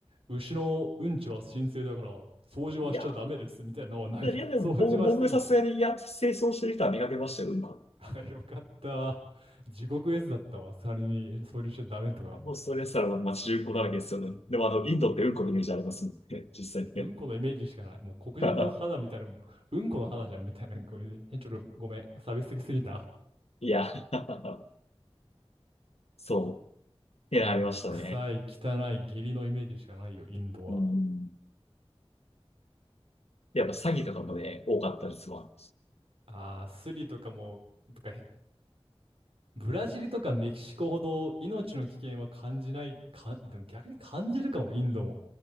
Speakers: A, on the right; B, on the left.
A: 牛のうんちは神聖だから、掃除はしちゃダメですみたいなのはないの。
B: いやいや、いやでも、
A: 掃除はしていいの。
B: ぼ僕、僕さすがに、いや、清掃してる人は見かけましたよ、うんこ。
A: <laughs> よかった。地獄絵図だったわ。仮に掃除しちゃダメとかあったら。
B: オーストラリアは街中古だらけですよね。でも、あの、インドってうんこのイメージありますもんね、実際ね。
A: で、うんこのイメージしかない。もう黒人の肌みたいな、
B: <laughs>
A: もう、うんこの肌じゃんみたいな。これ、ちょっとごめん。差別的すぎた。
B: いや、<laughs> そう。いや、ありましたね。
A: いや、臭い、汚い、下痢のイメージしかないよ、インドは。
B: うん。やっぱ詐欺とかもね、多かったですわ。
A: ああ、スリとかも、とか、ブラジルとかメキシコほど命の危険は感じない、か、でも逆に感じるかも、インドも。